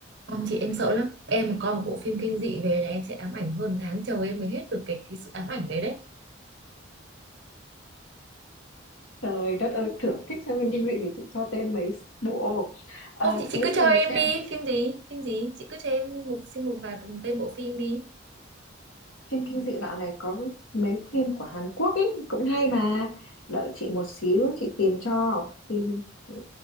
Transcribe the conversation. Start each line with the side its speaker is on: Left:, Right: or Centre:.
Right: không chị em sợ lắm em mà coi một bộ phim kinh dị về là em sẽ ám ảnh hơn tháng trời em mới hết được cái, cái sự ám ảnh đấy đấy
Left: trời đất ơi thưởng thích xem phim kinh dị thì chị cho tên mấy bộ Ờ,
Right: không chị, chị
Left: thế
Right: cứ
Left: thì
Right: cho em
Left: xem
Right: đi phim gì phim gì chị cứ cho em một xin một vài tên bộ phim đi
Left: phim kinh dị dạo này có mấy phim của Hàn Quốc ý cũng hay mà đợi chị một xíu chị tìm cho phim ừ,